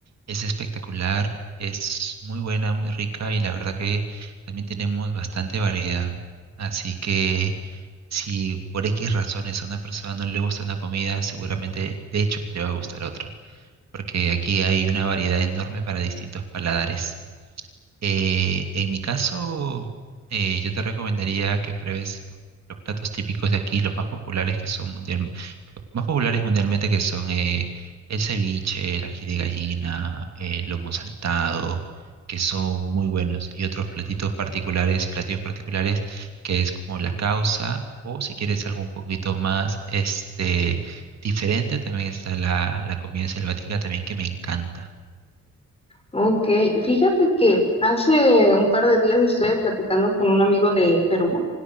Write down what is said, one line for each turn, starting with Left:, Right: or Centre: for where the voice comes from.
Right: es espectacular, es muy buena, muy rica y la verdad que también tenemos bastante variedad. Así que si por X razones a una persona no le gusta una comida, seguramente de hecho que le va a gustar otra, porque aquí hay una variedad enorme para distintos paladares. Eh, en mi caso, eh, yo te recomendaría que pruebes los, los platos típicos de aquí, los más populares que son mundial, los más populares mundialmente que son eh, el ceviche, el ají de gallina, el lomo saltado, que son muy buenos, y otros platitos particulares, platillos particulares, que es como la causa, o si quieres algo un poquito más este, diferente, también está la, la comida selvática también que me encanta.
Left: Ok, fíjate que hace un par de días estuve platicando con un amigo de Perú